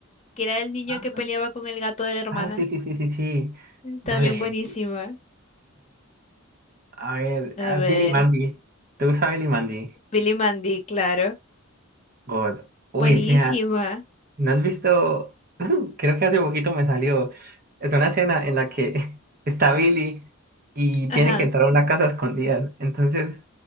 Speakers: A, on the left; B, on the right.
A: que era el niño
B: Ajá.
A: que peleaba con el gato de la hermana.
B: Ah, sí, sí, sí, sí, sí.
A: Mm, También
B: Dale.
A: buenísima.
B: A ver,
A: A
B: a
A: ver.
B: Billy Mandy. ¿Te gusta Billy Mandy?
A: Billy Mandy, claro.
B: God. Uy,
A: Buenísima.
B: mira, ¿no has visto? <laughs> Creo que hace poquito me salió. Es una escena en la que <laughs> está Billy y
A: Ajá.
B: tiene que entrar a una casa escondida. Entonces,